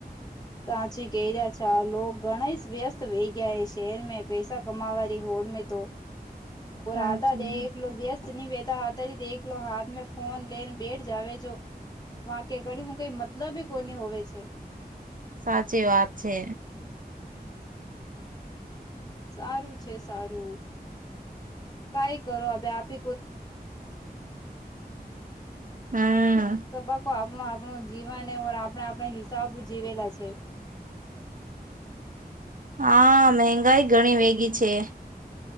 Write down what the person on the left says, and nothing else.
<unintelligible> <inaudible> <unintelligible> <inaudible> <unintelligible> મતલબી
કોની હોવે છે.
<inaudible> સારું છે સારું <inaudible>
તંબાકુ આપણું આપણું જીવન એ <unintelligible> આપણે આપણે હિસાબ જીવેલા છે.